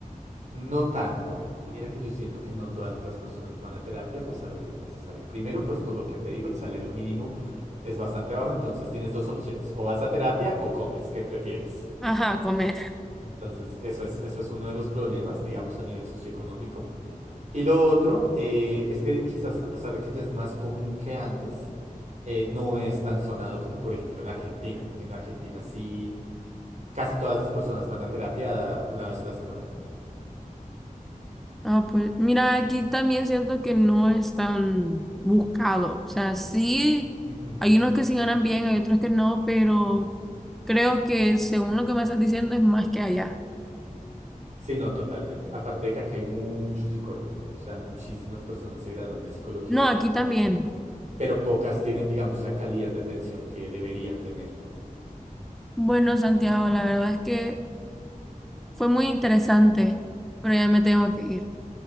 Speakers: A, on the right; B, in the centre.
A: No tanto. Mira que yo siento que no todas las personas van a terapia a pesar de que es necesario. Primero, pues por lo que te digo, el salario mínimo es bastante bajo, entonces tienes dos opciones, o vas a terapia o comes, ¿qué prefieres?
B: Ajá, comer.
A: Entonces, eso es, eso es uno de los problemas, digamos, a nivel socioeconómico. Y lo otro eh, es que quizás, a pesar de que ya es más común que antes, eh, no es tan sonado como, por ejemplo, en Argentina. En Argentina sí Casi todas esas personas van a terapia una vez a la semana.
B: Ah, pues mira, aquí también siento que no es tan buscado. O sea, sí,
A: Ujú.
B: hay unos que sí ganan bien, hay otros que no, pero creo que según lo que me estás diciendo es más que allá.
A: Sí, no, totalmente. Aparte de que acá hay mucho psicólogo, o sea, muchísimas personas se gradúan de psicología,
B: No, aquí también.
A: pero pocas tienen, digamos, la calidad de atención que deberían tener.
B: Bueno, Santiago, la verdad es que Fue muy interesante, pero ya me tengo que ir.